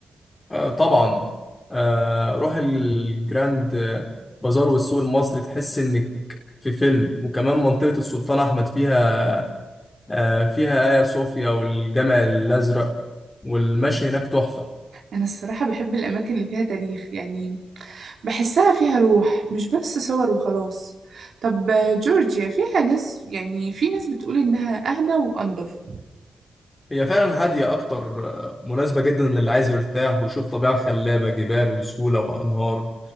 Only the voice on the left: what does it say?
آه، طبعا آه، روح الجراند آه، بازار والسوق المصري تحس إنك في فيلم وكمان منطقة السلطان أحمد فيها آه، فيها آيا صوفيا والجامع الأزرق والمشي هناك تحفة
هي فعلا هادية أكتر آه، مناسبة جدا للي عايز يرتاح ويشوف طبيعة خلابة جبال وسهولة وأنهار